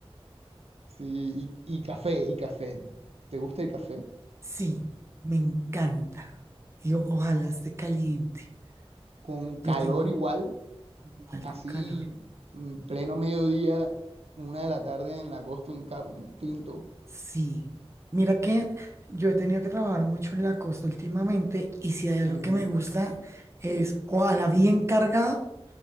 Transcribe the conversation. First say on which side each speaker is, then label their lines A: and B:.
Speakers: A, on the right; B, on the right.
A: Sí, y, y café, y café. ¿Te gusta el café?
B: Sí, me encanta. Yo ojalá esté caliente.
A: Con calor
B: Yo tengo
A: igual,
B: mal
A: así,
B: con calor.
A: en pleno mediodía, una de la tarde en la costa, un, ca- un tinto.
B: Sí. Mira que yo he tenido que trabajar mucho en la costa últimamente y si hay algo
A: Ujú.
B: que me gusta es ojalá bien cargado